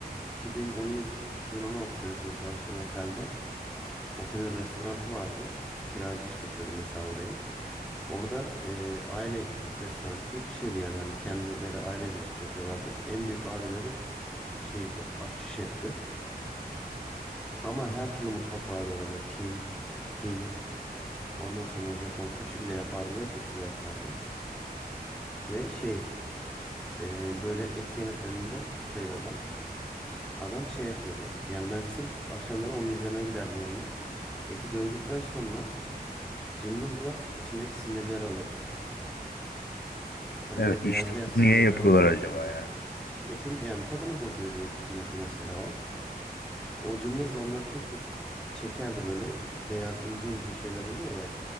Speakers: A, in the centre; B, on the left.
A: 2017-2016 senesinde çalıştığım otelde otelin restoranı vardı. Kiracı işletiyordu mesela orayı. Orada e, aile restoranı gibi bir şeydi yani hani kendileri ailecek işletiyorlardı. En büyük abileri şeydi aşçı şefti. Ama her türlü mutfak vardı adamda. Çin, Hint, ondan sonra Japon sushi bile yapardı ve çok güzel yapardı. Ve şey e, böyle et yemeklerinde ustaydı adam. Adam şey yapıyordu. Yani ben sırf akşamları onu izlemeye giderdim yanına. Eti dövdükten sonra cımbızla içindeki sinirleri alırdı. Hani
B: Evet
A: böyle beyaz
B: işte
A: beyaz sinirler
B: niye yapıyorlar
A: oluyor ya
B: acaba
A: içinde.
B: ya?
A: Etin yani tadını bozuyor diye düşünürdü mesela o. O cımbızla onları tek tek çekerdi böyle beyaz ince ince şeyler oluyor ya.